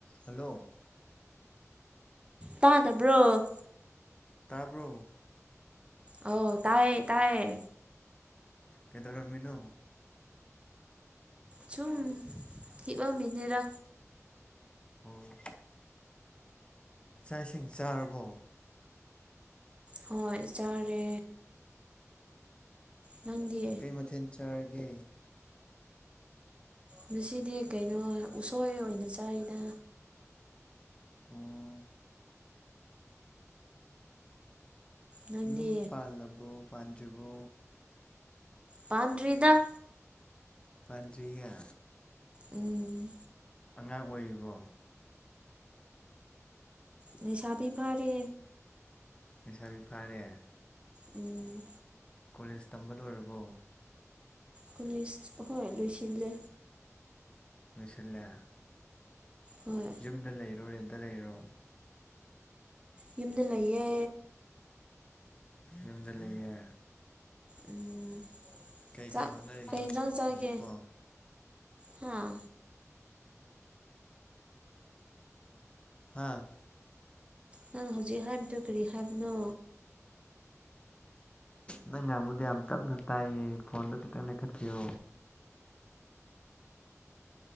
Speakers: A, on the left; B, on the right.
A: hello
B: ꯇꯥꯗꯕ꯭ꯔꯣ
A: ꯇꯥꯕ꯭ꯔꯣ
B: ꯑꯧ ꯇꯥꯏꯌꯦ ꯇꯥꯏꯌꯦ
A: ꯀꯩꯗꯧꯔꯥꯝꯃꯤꯅꯣ
B: ꯆꯨꯝ ꯍꯤꯕꯔꯝꯃꯤꯅꯦꯗ
A: ꯑꯣ ꯆꯥꯛ ꯏꯁꯤꯡ ꯆꯥꯔꯕꯣ
B: ꯍꯣꯏ ꯆꯔꯦ ꯅꯪꯗꯤ
A: ꯀꯩ ꯃꯊꯦꯜ ꯆꯥꯔꯒꯦ
B: ꯉꯁꯤꯗꯤ ꯀꯩꯅꯣ ꯎꯁꯣꯏ ꯑꯣꯏꯅ ꯆꯔꯤꯗ
A: ꯑꯣ
B: ꯅꯪꯗꯤ
A: ꯌꯨꯝ ꯄꯥꯜꯂꯕꯨꯣ ꯄꯥꯟꯗ꯭ꯔꯤꯕꯣ
B: ꯄꯥꯥꯟꯟ꯭ꯔꯤꯗ
A: ꯄꯥꯟꯗꯔꯤꯌꯥ
B: ꯎꯝ
A: ꯑꯉꯥꯡ ꯑꯣꯏꯔꯤꯕꯣ
B: ꯂꯩꯅꯤꯁꯥꯕꯤ ꯐꯔꯤ
A: ꯂꯩꯩꯁꯥꯕꯤ ꯐꯥꯔꯦ
B: ꯎꯝ
A: ꯀꯣꯂꯦꯖ ꯇꯝꯕ ꯂꯣꯏꯔꯕꯣ
B: ꯀꯂꯦꯖ ꯄꯈꯔ ꯂꯣꯏꯁꯤꯖ
A: ꯃꯤꯁꯂꯦ
B: ꯍꯣꯏ
A: ꯌꯨꯝꯗ ꯂꯩꯔꯣ ꯔꯦꯟꯇ ꯂꯩꯔꯣ
B: ꯌꯨꯝꯗ ꯂꯩꯌꯦ
A: ꯌꯨꯝꯗ ꯂꯩꯌꯦ
B: ꯎꯝ
A: ꯀꯩꯀꯩ
B: ꯆꯥꯛ
A: ꯍꯣꯠꯅꯔꯤꯒꯦ
B: ꯀꯩ
A: ꯍꯧꯖꯤꯛ
B: ꯆ ꯆꯒꯦ
A: ꯍꯧꯖꯤꯛꯄꯣ
B: ꯍꯥꯥ
A: ꯍꯥꯥ
B: ꯅꯪ ꯍꯧꯖꯤꯛ ꯍꯥꯏꯕꯗꯨ ꯀꯔꯤ ꯍꯥꯏꯕꯅꯣ
A: ꯅꯪ ꯉꯥꯡꯕꯗꯤ ꯌꯥꯝ ꯇꯞꯅ ꯇꯥꯏꯌꯦ ꯐꯣꯟꯗꯣ ꯈꯤꯇꯪ ꯂꯩꯦꯈꯠꯄꯤꯌꯣ